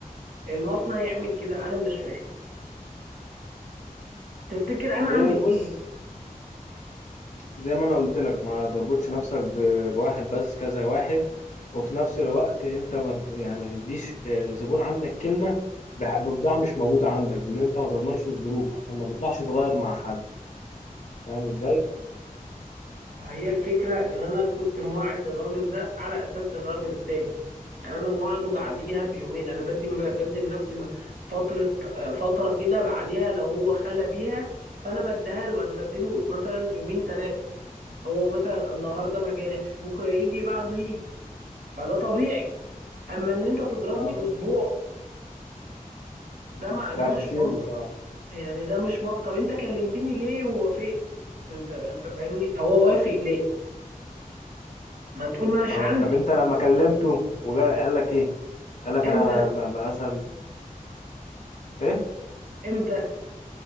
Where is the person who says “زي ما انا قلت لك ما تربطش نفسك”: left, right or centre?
Left